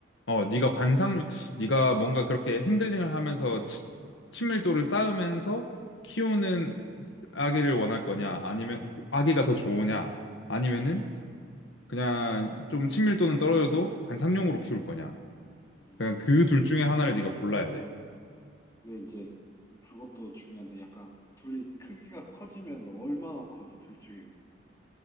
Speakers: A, on the left; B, on the left.
A: 어, 네가 관상, 네가 뭔가 그렇게 핸들링을 하면서 치- 친밀도를 쌓으면서 키우는
B: 아,
A: 아기를 원할 거냐, 아니면 아기가 더 좋으냐, 아니면은 그냥 좀 친밀도는 떨어져도 관상용으로 키울 거냐.
B: 음,
A: 그냥 그 둘 중에 하나를 네가 골라야 돼.
B: 근데 이제 그것도 중요한데 약간 둘이 크기가 커지면 얼마나 커져? 둘 중에서.